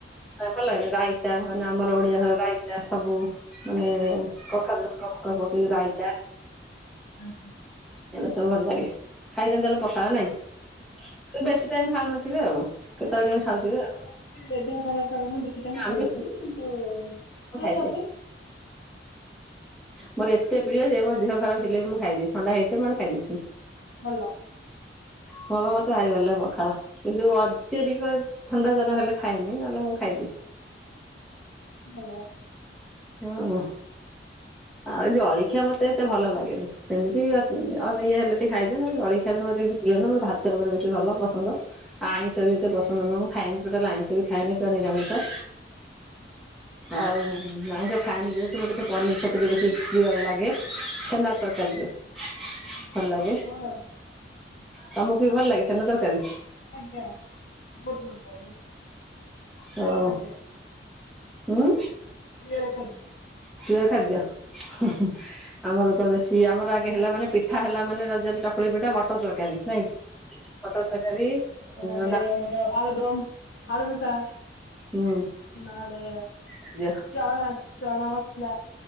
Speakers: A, in the centre; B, on the left (about 70°).
A: ଭଲଲାଗେ ରାଇତା ମାନେ ଆମର ଓଡିଆ ଘର ରାଇତା ତାର ସବୁ ମାନେ କଖାରୁ ଡଙ୍କଫଙ୍କ ପକେଇକି ରଇତା।
B: ଆଜ୍ଞା
A: ଏଇନା ସବୁ ଭଲ ଲାଗେ ଖାଇଛନ୍ତି ତାହେଲେ ପଖାଳ ନାଇଁ ତ ବେଶୀ ଟାଇମ୍ ଖାଉନଥିବେ ଆଉ। କେତେବେଳେ କେମିତି
B: ହଁ
A: ଖାଉଥିବେ ଆଉ
B: ଦେହ ଖରାପ କାରଣ ବେଶୀ ଟାଇମ
A: ଆମେ
B: ଖାଇବୁନି କିନ୍ତୁ ଥରେ
A: ସବୁବେଳେ ଖାଇଦିଏ
B: ଅଧେ।
A: ମୋର ଏତେ ପ୍ରିୟ ଯେ ମୋ ଦେହ ଖରାପ ଥିଲେ ବି ମୁଁ ଖାଇଦିଏ ଥଣ୍ଡା ହେଇ ସେ ମଡେ ଖାଇଦଉଛି
B: ଭଲ
A: ହଁ ବା ମତେ ଭାରି ଭଲ ଲାଗେ ପଖାଳ। କିନ୍ତୁ ଅତ୍ୟଧିକ ଥଣ୍ଡା ଜ୍ବର ହେଲେ ଖାଏନି ନହେଲେ ମୁଁ ଖାଇଦିଏ।
B: ଭଲ କଥା।
A: ହଁ ଆଉ ଜଳଖିଆ ମତେ ଏତେ ଭଲ ଲାଗେନି ସେମିତି ଅଧିକା ହେଲେ। ଟିକେ ଖାଇଦିଏ ନହେନେ ଜଳଖିଆରେ ମୋର ଏତେ କିଛି ପ୍ରିୟ ନୁହଁ ମୋର ଭାତ ଉପରେ ବେଶୀ ଭଲ ପସନ୍ଦ। ଆଇଁଷ ବି ଏତେ ପସନ୍ଦ ନୁହଁ ମୁଁ ଖାଏନି ଟୋଟାଲ ଆଇଁଷ ବି ଖାଏନି ପୁରା ନିରାମିଷ। ଆଉ ମାଂସ ଖାଏନି ଯେହେତୁ ମୋତେ ପନିର ଛତୁ ବେଶୀ ପ୍ରିୟ ଲାଗେ ଛେନା ତରକାରୀ ଯୋଉ
B: କଥା।
A: ଭଲ ଲାଗେ।
B: ଭଲ କଥା
A: ତମକୁ ବି ଭଲ ଲାଗେ ଛେନା ତରକାରୀ।
B: ଆଜ୍ଞା ବହୁତ ଭଲ ଲାଗେ।
A: ହଉ।
B: ପ୍ରିୟର ଖାଦ୍ୟ
A: ହୁଁ।
B: ପ୍ରିୟର ଖାଦ୍ୟ।
A: ପ୍ରିୟ ଖାଦ୍ୟ। ହୁଁ
B: ଆଜ୍ଞା
A: ହୁଁ ଆମର ତ ବେଶୀ ଆମର ଆଗେ ହେଲା ମାନେ ପିଠା ହେଲା ମାନେ ରଜରେ ଚକୁଳି ପିଠା ମ ମଟର ତରକାରୀ ନାଇକି ମଟର ତରକାରୀ
B: ନହେଲେ
A: ଡ଼ା
B: ଆମର ଆଳୁ ଦମ ଆଳୁ କଷା
A: ହୁଁ
B: ନହେଲେ
A: <inaudible>
B: ଚଣା ଚଣା ମସଲା।